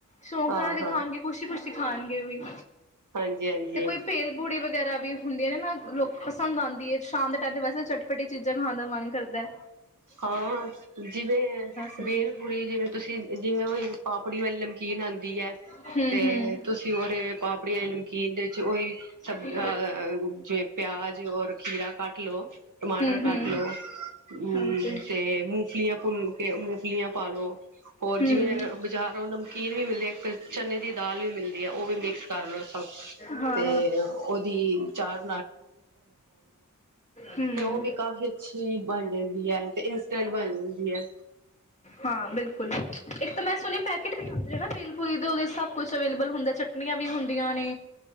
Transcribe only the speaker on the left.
ਸੋ਼ਂਕ
ਨਾਲ ਵੀ
ਖਾਣਗੇ, ਖੁਸ਼ੀ ਖੁਸ਼ੀ ਖਾਣਗੇ ਵੀ।
ਤੇ ਕੋਈ ਭੇਲ ਪੂੜੀ ਵ ਗੈਰਾ ਵੀ ਹੁੰਦੀ ਆਂ ਨਾ ਮੈਮ, ਲੋਕ ਪਸੰਦ ਆਂਦੀ ਏ। ਖਾਣ ਦੇ ਟੈਮ ਤੇ ਵੈਸੇ, ਚਟਪੱਟੀ ਚੀਜ਼ਾਂ ਨੂੰ ਖਾਣ ਦਾ ਮਨ ਕਰਦਾ ਐ।
ਸਕਦੇ
ਹਮ
ਹਮ
ਹੂੰ
ਹੂੰ
ਹਾਂਜੀ
ਹੂੰ।
ਹਾਂ
ਹੂੰ
ਹਾਂ ਬਿਲਕੁਲ। ਇੱਕ ਮੈਂ ਸੁਣਿਆ ਪੈਕੇਟ ਵੀ ਆਉਂਦੇ ਐ ਨਾ ਬੇਲ ਪੂਰੀ ਦੇ, ਉਹਦੇ ਸਭ ਕੁਛ ਅਵੇਲੇਬਲ ਹੁੰਦਾ ਐ, ਚਟਨੀਆਂ ਵੀ ਹੁੰਦੀਆਂ ਨੇ।